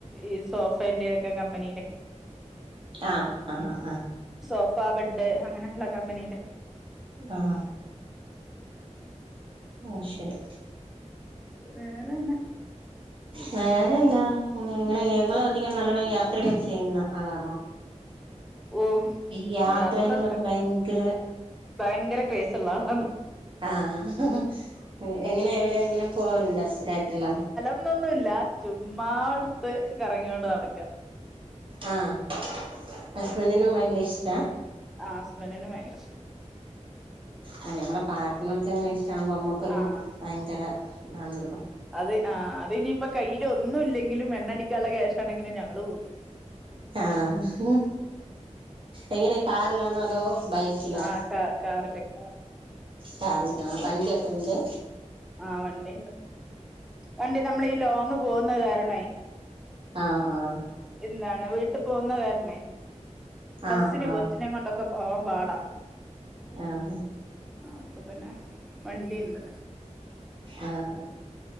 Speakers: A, in the centre; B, on the right.
A: ഈ സോഫന്റെ ഒക്കെ കമ്പനിയില്
B: ആഹ് ആഹ് ആഹ്
A: സോഫ ബെഡ് അങ്ങനെയള്ള കമ്പനില്ലേ
B: ആഹ് ആയ് ശരി
A: വേറെന്നെ
B: ഉ വേറെ എന്നാ ഇങ്ങനെ ഞങ്ങള അധികം നല്ലോണം യാത്രയൊക്കെ ചെയ്യുന്ന ആളാണോ
A: ഓ
B: ഈ യാത്രേനോടൊക്കെ
A: യാത്രൊക്കെ
B: ഭയങ്കര
A: ഭയങ്കര ക്രേസള്ള ആളാണ്
B: ആഹ് എങ്ങനെ എവിടെ ഇങ്ങനെ പോവാറുണ്ടേ സരാറ്റുള്ള
A: ഒന്നുമല്ല ചുമ്മാ എടുത്ത് കറങ്ങിയോടെ നടക്കും
B: ആഹ് ഹസ്ബെന്തിനും ഭയങ്കര ഇഷ്ട
A: ആ ഹസ്ബൻനന് ഭയങ്കര ഇഷ്ടം
B: ആ ഞമ്മടെ പാട്ടനർക്ക എങ്ങനെ ഇഷ്ടമാകുമ്പോ നമ്മുക്കരു
A: ആ
B: ഭയങ്കര ഇതാണള്ളോ
A: അത് ആ അത് ഇനിയിപ്പോ കയ്യിൽ ഒന്നും ഇല്ലെങ്കിലും മണ്ണടിക്കാനുള്ള ക്ശഷ ആണെങ്ങനെ ഞങ്ങള്ൾ പോകും
B: ആഹ എങ്ങനെ കാറിലാന്നോ അതോ ബൈക്കിലാ
A: ആ കാർ കാറില് കാർ
B: കാറി ആ വണ്ടിയൊക്കെ ഉണ്ട്
A: ആഹ വണ്ടിണ്ട് വണ്ടി നമ്മൾ ഈ ലോങ് പോകുന്നത് കാരണമായി
B: ആഹ് ആഹ്
A: എന്താണ് വീട്ടിൽ പോകുന്ന കാരണേ
B: ആഹ്
A: ബസിനന്
B: ആഹ്
A: കൊച്ചിനെ കൊണ്ടൊക്കെ ഒക്കെ പോവാൻ പാടാ
B: ആഹ്
A: ആ അപ്പൊ പിന്നെ വണ്ടിണ്ട്
B: ആഹ്